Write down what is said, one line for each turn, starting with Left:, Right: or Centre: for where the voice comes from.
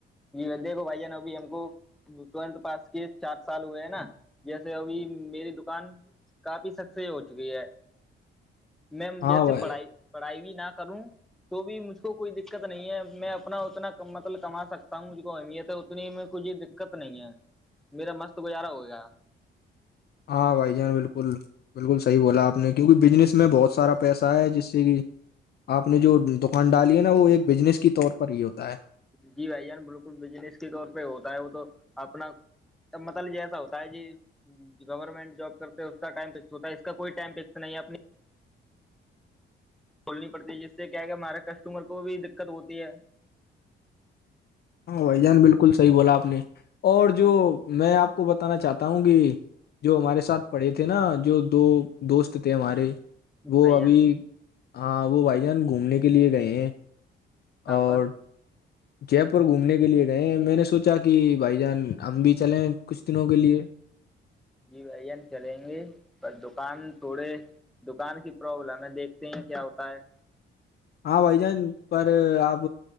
Centre: جی دیکھو بھائی جان ابھی ہم کو ٹویلتھ پاس کی چار سال ہوئے ہیں نا جیسے ابھی میری دکان کافی سکسی ہو چکی ہے
Left: <inaudible>
Centre: میں
Left: ہاں
Centre: جیسے
Left: بھائی
Centre: پڑھائی پڑھائی بھی نہ کروں تو بھی مجھ کو کوئی دقت نہیں ہے میں اپنا اتنا مطلب کما سکتا مجھ کو اہمیت ہے اتنی میں کچھ دقت نہیں ہے میرا مست گزارا ہو گیا
Left: ہاں بھائی جان بالکل بالکل صحیح بولا آپ نے کیونکہ بزنس میں بہت سارا پیسہ ہے جس سے کہ آپ نے جو دکان ڈالی ہے نا وہ ایک بزنس کے طور پر ہی ہوتا ہے
Centre: جی بھائی جان بالکل بجنس کے طور پہ ہوتا ہے وہ تو اپنا تب مطتلجیے ایسا ہوتا ہے جی گورنمنٹ جاب کرتے ہیں اس کا ٹائم فکس ہوتا ہے اس کا کوئی ٹائم فکس نہیں اپنی کھولنی پڑتی ہے جس سے کیا کہ ہمارے کسٹمر کو بھی دقت ہوتی ہے
Left: ہاں بھائی جان بالکل صحیح بولا آپ نے اور جو میں آپ کو بتانا چاہتا ہوں کہ جو ہمارے ساتھ پڑھے تھے نا جو دو دوست تھے ہمارے وہ
Centre: بھائی
Left: ابھی
Centre: جان
Left: ہاں وہ بھائی جان گھومنے کے لیے گئے ہیں
Centre: کہاں
Left: اور
Centre: پر
Left: جے پور گھومنے کے لیے گئے میں نے سوچا کہ بھائی جان ہم بھی چلیں کچھ دنوں کے لیے
Centre: جی بھائیان چلیں گے پر دکان تھوڑے دکان کی پروابلم ہے دیکھتے ہیں کیا ہوتا ہے
Left: ہاں بھائی جان پر آپ